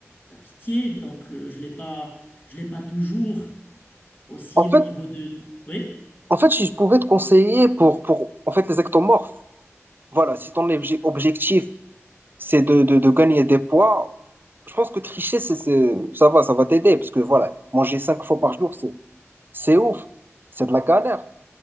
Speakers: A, on the left (about 40°); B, on the right (about 45°).
A: d'appétit, donc euh, je l'ai pas, je l'ai pas toujours. Aussi
B: En
A: au
B: fait,
A: niveau de, oui,
B: en fait, si je pouvais te conseiller pour, pour en fait, les ectomorphes, voilà, si ton obje- objectif, c'est de, de, de gagner des poids. Je pense que tricher, c'est, c'est- ça va, ça va t'aider, parce que voilà, manger cinq fois par jour, c'est, c'est ouf, c'est de la galère.